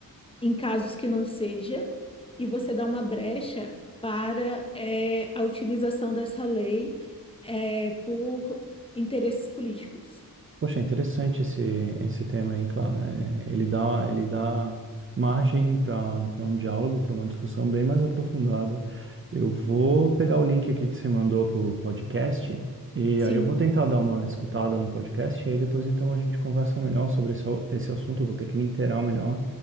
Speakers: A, on the left; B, on the right.
A: em casos que não seja, e você dá uma brecha para eh, a utilização dessa lei eh, por interesses políticos.
B: Poxa, é interessante esse, esse tema, hein, Clara? É, ele dá, ele dá margem para para um diálogo, para uma discussão bem mais aprofundada. Eu vou pegar o link aqui que você mandou para o podcast e
A: Sim,
B: aí eu vou tentar dar uma escutada no podcast e aí depois então a gente conversa melhor sobre esse, a- esse assunto. Eu vou ter que me inteirar melhor